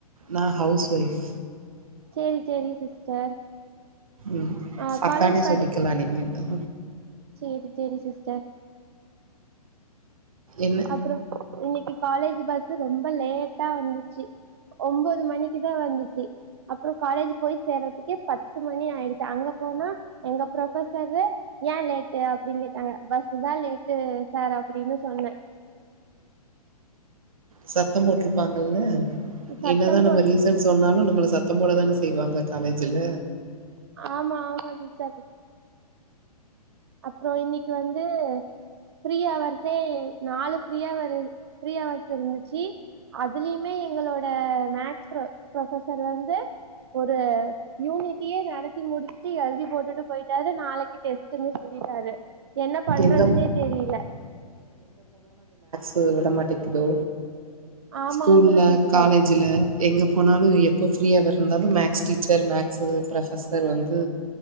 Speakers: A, on the right (about 60°); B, on the right (about 40°).
A: நான் ஹவுஸ் ஒய்ஃப்.
B: சேரி சேரி சிஸ்டர்
A: ம்
B: ஆ
A: அக்கானே
B: காலேஜ் படி
A: சொல்லிக்கலா நீங்க அ
B: சேரி சேரி சிஸ்டர்
A: என்ன
B: அப்ரோ இன்னைக்கு காலேஜ் பஸ்சு ரொம்ப லேட்டா வந்துச்சு ஒம்போது மணிக்குதா வந்துச்சு அப்றோ காலேஜ் போய் சேரதுக்கே பத்து மணி ஆயிடுச்சு அங்க போனா எங்க ப்ரொபசரு ஏன் லேட்டு அப்டின்னு கேட்டாங்க பஸ்சு தா லேட்டு சார் அப்டின்னு சொன்ன
A: சத்தம் போட்ருப்பாங்கல்ல
B: சத்தம்
A: என்னதா நம்ம
B: போட்
A: ரீசன் சொன்னாலு நம் ங்கள சத்தம் போட தான செய்வாங்க காலேஜ்ல.
B: ஆமா ஆமா சிஸ் ஸ்டரு அப்றோ இன்னிக்கு வந்து ஃப்ரீ அவர்ஸே நாலு ஃப்ரியவர் ஃப்ரீ அவர்ஸ் இருந்துச்சு அதுலயுமே எங்களோட மேக்ஸ் ப்ரொபசர் வந்து ஒரு யூனிட்டியே நடத்தி முடிச்சுட்டு எழுதி போட்டுட்டு போயிட்டாரு நாளைக்கு டெஸ் ட்டுனு சொல்லிட்டாரு என்ன பண்றதுன்னே
A: எங்க
B: தெரில
A: வந்து விடமாட்டேக்குது
B: ஆமா
A: ஸ்கூல்ல
B: ஆமா சிஸ்டர்
A: காலேஜூல எங்க போனாலு எப்போ ஃப்ரீயாவே இருந்தாலு மேக்ஸ் டீச்சர் மேக்ஸ் ப்ரொபஸர் வந்து